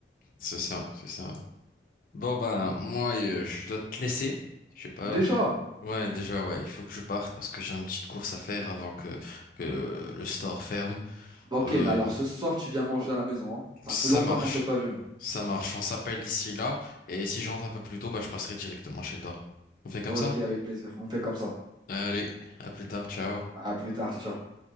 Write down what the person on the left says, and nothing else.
c'est ça, c'est ça. Bon, ben, moi, euh, je dois te laisser. Je sais pas.
Ouais, déjà, ouais, il faut que je parte parce que j'ai une petite course à faire avant que, que le store ferme.
Euh,
ça
marche.
Ça marche. On s'appelle d'ici là. Et si j'entre un peu plus tôt, bah, je passerai directement chez toi. On fait comme
ça?
Allez, à plus tard. Ciao.